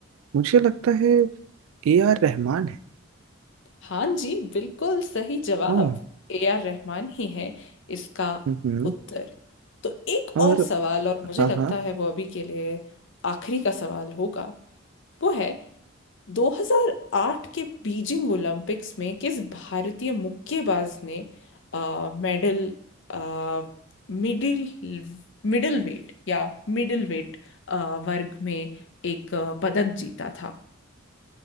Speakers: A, on the right (about 75°); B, on the left (about 60°).
A: मुझे लगता है ए आर रहमान है
B: हाँ जी बिल्कुल सही जवाब
A: हाँ
B: ए आर रहमान ही है इसका
A: हम्म,
B: उत्तर तो एक
A: और
B: और सवाल और मुझे
A: हाँ
B: लगता
A: हाँ
B: है वो अभी के लिए आखिरी का सवाल होगा वो है 2008 के बीजिंग ओलंपिक्स में किस भारतीय मुक्केबाज ने आ, मेडल आ, मिडिल मिडिल वेट या मिडिल वेट आ, वर्ग में एक आ, पदक जीता था